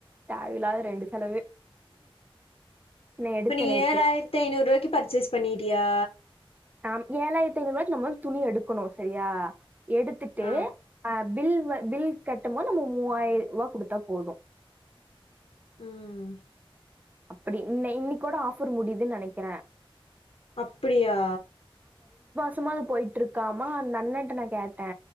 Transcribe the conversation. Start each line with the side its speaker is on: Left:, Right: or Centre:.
Right: தேவயில்லாத ரெண்டு செலவு நா எடுத்தே
Left: இப்ப நீ
Right: நேத்து
Left: ஏழாயிரத்தி ஐந்நூறு ரூபாய்க்கு பர்ச்செஸ் பண்ணிட்டியா
Right: நம் ஏழாயிரத்தி ஐநூறுபாக்கி நம்ம வந்து துணி எடுக்கணு செரியா எடுத்துட்டு
Left: ஆ
Right: அ பில் பில் கட்டும் மோது நம்ம மூவாயிர ரூபா குடுத்தா போது
Left: ம்
Right: அப்டி இன் இன் கூட ஆஃபர் முடியுதுன்னு நெனைக்கிற
Left: அப்டியா
Right: சும்மாத அது போயிட்டிருக்காமா அந்த அண்ணண்ட்ட நா கேட்டே